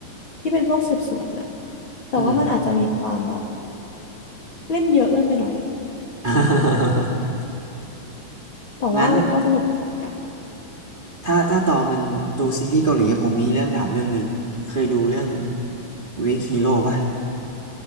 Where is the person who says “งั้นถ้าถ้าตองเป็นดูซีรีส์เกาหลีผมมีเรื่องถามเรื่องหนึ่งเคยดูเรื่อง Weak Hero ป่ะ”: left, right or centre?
Right